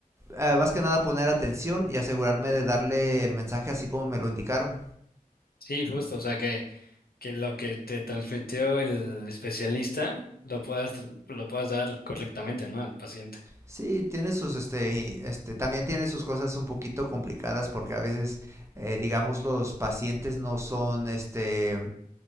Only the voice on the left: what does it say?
Sí, justo, o sea que, que lo que te transmitió el especialista lo puedas, lo puedas dar correctamente, ¿no? Al paciente.